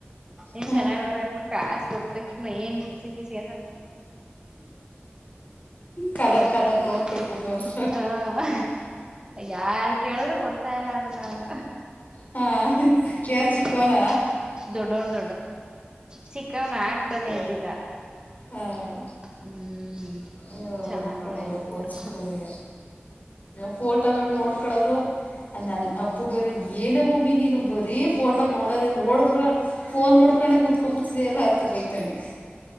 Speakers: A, on the right; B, on the left.
A: ಏನ್
B: ಹಾಂ
A: ಚೆನ್ನಾಗ್ರ ಅನ್ಬಿಟ್ಟು ಕಾಸ್ ಕೊಟ್ಟ ತಕ್ಷಣ ಏನು ಕಿಸಿಕಿಸಿ
B: ಕಲರ್
A: ದೊಡ್ಡ
B: ಕಲರ್
A: ಒನ
B: ನೋಟ್ ಕೊಟ್ಬಿಟ್ರು ಅಂತ
A: ಹ. ಯಾರ್ ಕೇಳಿದ್ರು ಕೊಡ್ತಾ ಇಲ್ಲ ಅದ ನಾನು.
B: ಹಾ
A: ಹ್ಮ್
B: ಯಾರ್ ಚ್ಚಿಕ್ಕೂನ.
A: ದೊಡ್ಡವನು ಚಿಕ್ಕವನು ಆಗ್ತಾನೆ ಎದ್ದಿದ್ದ
B: ಹಾಂ
A: ಹ್ಮ್.
B: ಅಯ್ಯೋ
A: ಚೆನ್ನಾಗ
B: ಮಕ್ಕಳು
A: ಅವ್ರ
B: ನೋಡ್ಬೇಕು
A: ಅಂತಿದ್ರು.
B: ಅನ್ಸ್ಬಿಟ್ಟದೆ ಫೋಟೋಗಳು ನೋಡ್ಕೊಳೋದು ಅಂದ ಅಪ್ಪು ಬೇರ ಏನ ನೀನು ಬರೀ ಫೋಟೋ ನೋಡದ ನೋಡಬಡ ಫೋನ್ ನೋಡ್ಕೊಂಡೆ ಕುತ್ಕೋಬ ಬಿಡ್ತದೆಲ್ಲ ಅಂತ ಬೈತಾನೆ.